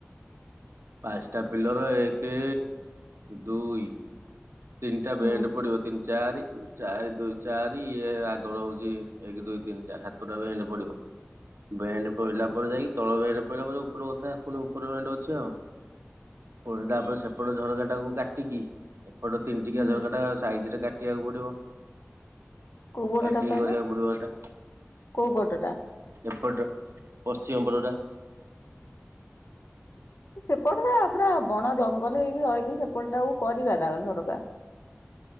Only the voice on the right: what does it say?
ପାଞ୍ଚଟା ପିଲର ଏକ ଦୁଇ ତିଣ୍ଟା
ଭେଣ୍ଡ ପୁଡ଼ିବ ତିନ ଚାରି ଚାରି ଦୁଇ ଚାରି ଇଏ ଆଗର ହଉଛି, ଏକ ଦୁଇ ତିନି ଚାରି ହାତଟା ବି ଏ ପଡିବ ବେଣ୍ଡ ପଇଲା ପରେ ଯାଇକି ତଳ ବେଣ୍ଡ ପଲା ପରେ ଉପର କଥା ପୁଣି ଉପର ବେଣ୍ଡ ଅଛି ଆଉ। ପୁଣି ତାପରେ ସେପଟ ଝରକାଟାକୁ କାଟିକି ପଟ ତିନିଟିକି
ଝର କଟା ସାଇଜ ରେ କାଟିବାକୁ ପଡିବ।
କଟିକି
କରିବାକୁ ପଡିବ ସେଟା
ଏପଟ ପଶ୍ଚିମ ବରୋଡ଼ା।